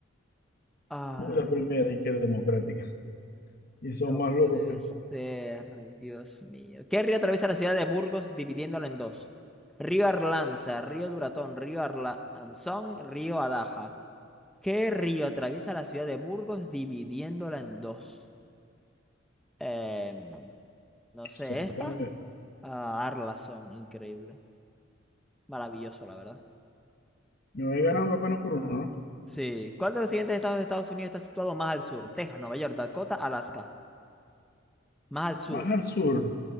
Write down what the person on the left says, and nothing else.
Uy, la primera y que es democrática. Y son
más locos
que... O
sea, no
tengo idea.
Me voy ganando apenas por uno, ¿no?
Más al sur,